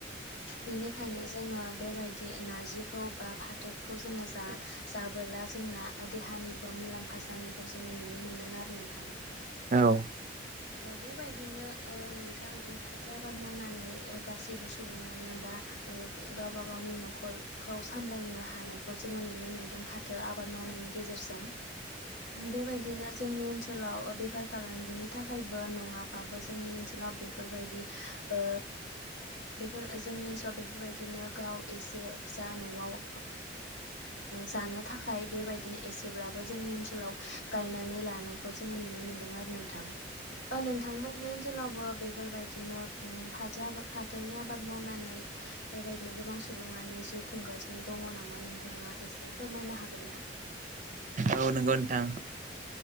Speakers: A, on the left (about 70°); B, on the right (about 40°).
A: बेनिखायनो जोङो बेबायदि नारजिखौ बा फाथोखौ जोङो जा जाबोला जोंना देहानिबो मुलाम्फा जानायखौ जोङो नुनो मोनदों आरो नोंथां
B: द।
A: औ बेबायदिनो नोंथां फाथो आबाद मावनानै गासैबो सुबुङानो बा गावबा गावनि न'खरखौ सामलायनो हानायखौ जोङो नुनो मोनदों फाथो आबाद मावनायनि गेजेरजों बेबायदिनो जोंनि ओनसोलाव बेफार फालांगिनि थाखायबो नङाबाबो जोंनि ओनसोलाव बेफोरबायदि ओ। बेफोर जोंनि ओनसोलाव बेफोरबायदिनो गाव एसे जा न'आव जानो थाखाय बेबायदिनो एसेब्लाबो जोंनि ओनसोलाव गायनानै लानायखौ जोङो नुनो मोन्दों आरो नोंथां। नोंथांमोननि ओनसोलावबो बेफोरबायदिनो उ फाथो आाद फाथोनि आबाद मावनानै बेबायदिनो गोबां। सुबुङानो जिउ खुंगासिनो दंङ नामा नोंथाङा एसे फोरमायनो हागोन ना।
B: औ नंगौ नोंथां